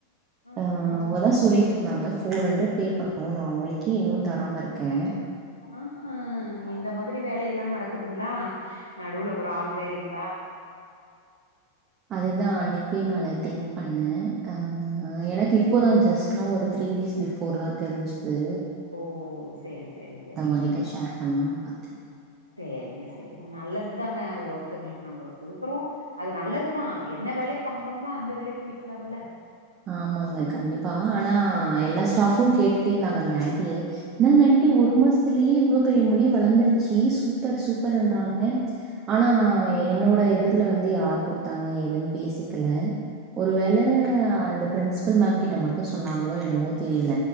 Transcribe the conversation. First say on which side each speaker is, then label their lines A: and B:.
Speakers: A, on the right; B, on the right.
A: ஆ
B: அ
A: ஆ
B: அவதா சொல்லிட் இருந்தாங்க ஃபோர் ஹண்ட்ரட் பே
A: ஆ
B: பண்னணு நா அவுங்களுக்கே இன்னு தராமருக்கே
A: அ ஹா இந்த மாதிரி ரி வேலையெல்லா நடக்குதுங்களா நடுல ஒரு ஆள் வேறங்ளா
B: அதுதா அன்னைக்கே நாணு திங்க் பண்ணே அ எனக்கு இப்போதா ஜஸ்ட் நவ் ஒரு த்ரீ டேஸ் பி ஃபோர் தா தெருஞ்சுது
A: ஓ செரி செரி செரிங்க
B: தா ஓங்கிட்ட ஷேர் பண்லான்னு பாத்தே
A: சேரிங்க சேரிங்க நல்லதுதாங்க ஒருத்தகளுக் நம்பள குடுக்குறோ அது நல்லதுதா என்ன வெலக்கு வாங்கறோங்களா அந்த வெலக்கி விக்லாம்ல
B: ஆமாங்க கண்டிப்பா ஆனா எல்லா ஸ்டாஃபு கேட்டுட்டே இருந்தாங்க அந்த ஆன்ட்டிய என்னங்க ஆண்டி ஒரு மாசத்துலயே இவ்ளோ பெரிய முடி வளந்துருச்சு சூப் பர் சூப்பருன்றாங்க ஆனா ஏ என்னோட எதிர்ல வந்து யார் குடுத்தாங்க எதுன்னு பேசிக்கல ஒருவேள அந்த பிரின்சிபல் மேம் கிட்ட மட்டு சொன்னாங்களோ என்னமோ தெரியில